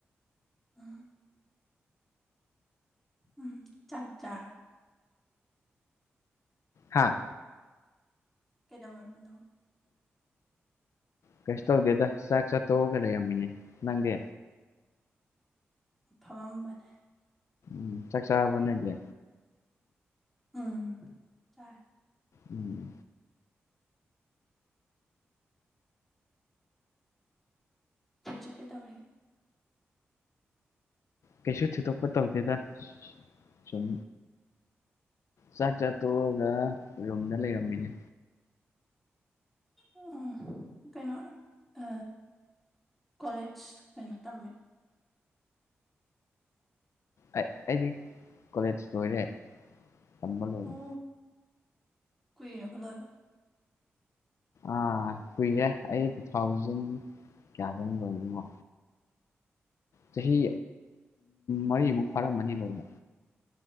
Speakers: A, in the centre; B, on the left.
A: ꯑ ꯎꯝ ꯆꯥꯛ ꯆꯥ
B: ꯍꯥꯥ
A: ꯀꯩꯗꯧꯔꯝꯃꯤꯅꯣ
B: ꯀꯩꯁꯨ ꯇꯧꯗꯦꯗ ꯆꯥꯛ ꯆꯥ ꯇꯣꯛꯑꯒ ꯂꯩꯔꯝꯃꯤꯅꯦ ꯅꯪꯗꯤ
A: ꯐꯃꯝꯕꯅꯦ
B: ꯎ ꯆꯥꯛꯆꯥꯥꯔꯕꯣ ꯅꯪꯗꯤ
A: ꯎꯝ ꯆꯥꯔꯦ
B: ꯎꯝ
A: ꯍꯧꯖꯤꯛ ꯀꯩꯗꯧꯔꯤꯒꯦ
B: ꯀꯩꯁꯨ ꯊꯣꯏꯗꯣꯛꯄ ꯇꯧꯗꯦꯗ ꯁꯨ ꯁꯨꯝ ꯆꯥꯛ ꯆꯥ ꯇꯣꯛꯑꯒ ꯔꯨꯝꯗ ꯂꯩꯔꯝꯃꯤꯅꯦ
A: ꯎꯝ ꯑ ꯀꯩꯅꯣꯔꯣ ꯑ ꯀꯣꯂꯦꯖ ꯀꯩꯅꯣ ꯇꯝꯃꯦ
B: ꯑ ꯑꯩꯗꯤ ꯀꯣꯂꯦꯖ ꯂꯣꯏꯔꯦ ꯇꯝꯕ ꯂꯣꯏꯔꯦ
A: ꯑꯣ ꯀꯨꯏꯔꯕ ꯂꯣꯏꯕ
B: ꯑꯥ ꯀꯨꯏꯔꯦ ꯑꯩ ꯇꯨ ꯊꯥꯎꯖꯟ ꯀꯌꯥꯗꯅꯣ ꯂꯣꯏꯕꯗꯨꯕꯣ ꯆꯍꯤ ꯃꯔꯤꯃꯨꯛ ꯐꯥꯔꯝꯃꯅꯤ ꯂꯣꯏꯅ